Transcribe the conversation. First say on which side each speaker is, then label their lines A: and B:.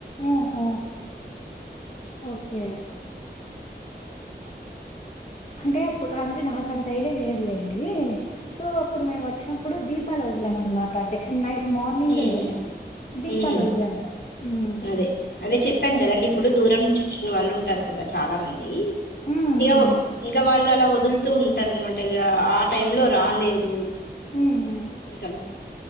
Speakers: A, on the left; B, on the left.
A: ఓహో ఓకే అంటే అప్పుడు అంటే నాకు అంత ఐడియా లేదులేండి సో అప్పుడు మేము వచ్చినప్పుడు దీపాలు వదిలాం అనమాట డే నైట్ మార్నింగ్
B: ఉమ్
A: ఏ దీపాలు
B: ఉహు
A: వదిలాము హ్మ్.
B: అదే అదే చెప్ చెప్పాను కదండి ఇప్పుడు దూరం నుంచి వచ్చిన వాళ్ళు ఉంటారు కదా చాలా మంది
A: హ్మ్.
B: ఇ్య
A: హ్మ్.
B: ఇంకా వాళ్ళ లల్ల వదులుతూ ఉంటారు అనమాట ఇగ టైం లో రాలేరు
A: హ్మ్. హ్మ్.
B: ఇంకా అలా